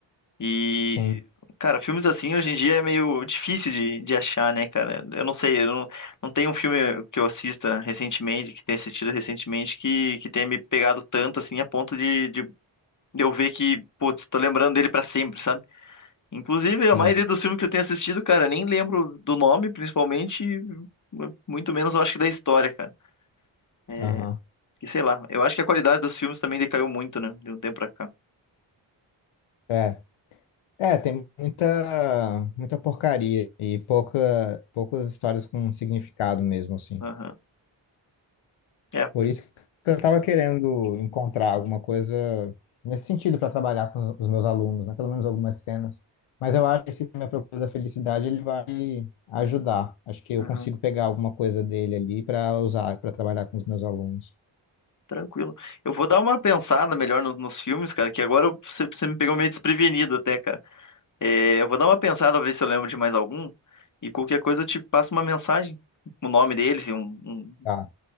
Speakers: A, on the left (about 35°); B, on the left (about 75°).
A: E,
B: Sim,
A: cara, filmes assim hoje em dia é meio difícil de, de achar, né, cara? Eu não sei, eu não, não tem um filme que eu assista recentemente, que tenha assistido recentemente, que, que tenha me pegado tanto, assim, a ponto de, de de eu ver que, putz, tô lembrando dele pra sempre, sabe? Inclusive,
B: sim.
A: a maioria dos filmes que eu tenho assistido, cara, nem lembro do nome, principalmente, e muito menos eu acho que da história, cara. É,
B: Aham.
A: que sei lá, eu acho que a qualidade dos filmes também decaiu muito, né, de um tempo pra cá.
B: É, É, tem muita, muita porcaria e pouca, poucas histórias com significado mesmo, assim.
A: Aham. É,
B: Por isso que eu tava querendo encontrar alguma coisa nesse sentido para trabalhar com os os meus alunos, né? Pelo menos algumas cenas. Mas eu acho que esse Minha Procura da Felicidade ele vai ajudar. Acho que eu
A: aham.
B: consigo pegar alguma coisa dele ali para usar, para trabalhar com os meus alunos.
A: Tranquilo. Eu vou dar uma pensada melhor no- nos filmes, cara, que agora eu- você, você me pegou meio desprevenido até, cara. É, eu vou dar uma pensada, ver se eu lembro de mais algum, e qualquer coisa eu te passo uma mensagem, o nome deles e um, um-
B: Tá,